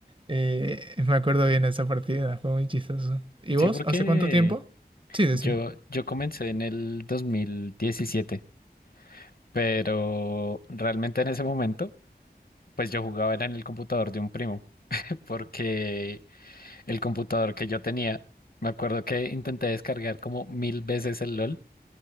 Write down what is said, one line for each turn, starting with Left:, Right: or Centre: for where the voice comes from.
Right: Eh, me acuerdo bien esa partida, fue muy chistoso. ¿Y
Left: Sí,
Right: vos?
Left: porque
Right: ¿Hace cuánto tiempo? Sí, decime.
Left: yo, yo comencé en el 2017. pero realmente en ese momento, pues yo jugaba era en el computador de un primo, <laughs> porque el computador que yo tenía, me acuerdo que intenté descargar como mil veces el LOL